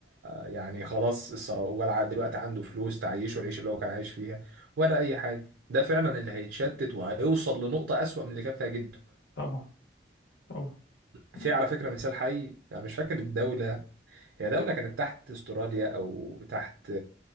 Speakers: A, on the right; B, on the left.
A: يعني خلاص الثروه ولا ع- دلوقتي عنده فلوس تعيشه العيشه اللي هو كان عايش فيها ولا اي حاجه ده فعلا اللي هيتشتت وهيوصل لنقطه اسوأ من اللي كان فيها جده
B: طبعا طبعا مم.
A: في على فكرة مثال حي يعني مش فاكر الدولة هي دولة كانت تحت استراليا او تحت